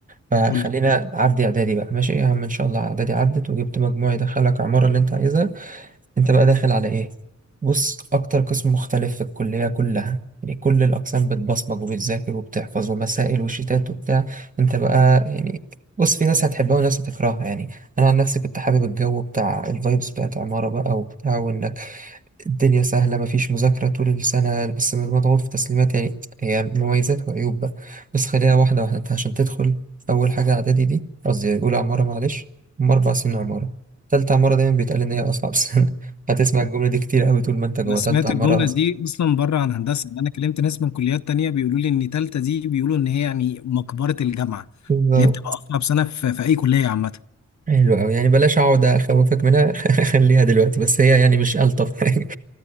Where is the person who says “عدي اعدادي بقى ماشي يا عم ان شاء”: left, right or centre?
Right